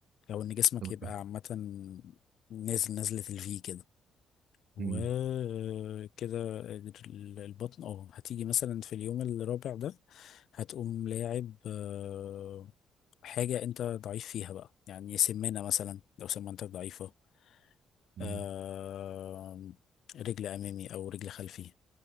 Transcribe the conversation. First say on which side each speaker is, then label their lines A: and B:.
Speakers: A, on the left (about 70°); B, on the right (about 65°).
A: او ان جسمك
B: تمام
A: يبقى عامة نازل نزلة الفي كده وكده
B: مم.
A: ال- البطن اه هتيجي مثلا في اليوم الرابع ده هتقوم لاعب آه، حاجة انت ضعيف فيها بقى يعني سمانة مثلا لو سمانتك ضعيفة
B: مم.
A: آه، رجل أمامي أو رجل خلفي